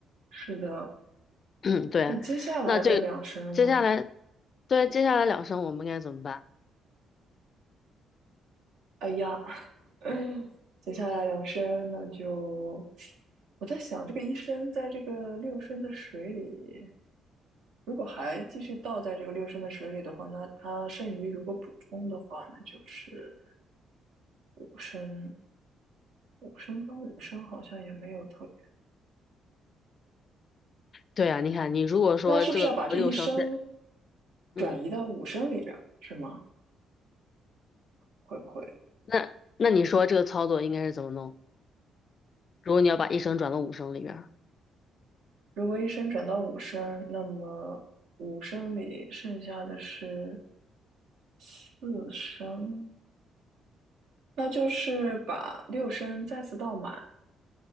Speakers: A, on the right; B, on the left.
A: 是的。
B: <clears throat> 嗯，对，
A: 那接下来的两升呢？
B: 那这接下来，对，接下来两声我们该怎么办？
A: 哎呀，<laughs> 接下来两升那就我在想，这个一升在这个六升的水里。如果还继续倒在这个六升的水里的话，那它剩余如果补充的话呢，那就是五升。五升跟五升好像也没有特别，
B: 对啊，你看，你如果说这个六声是，
A: 那是不是要把这一升
B: 嗯，
A: 转移到五升里边儿，是吗？会不会？
B: 那那你说这个操作应该是怎么弄？如果你要把一声转到五声里边儿。
A: 如果一升转到五升，那么五升里剩下的是四升，那就是把六升再次倒满，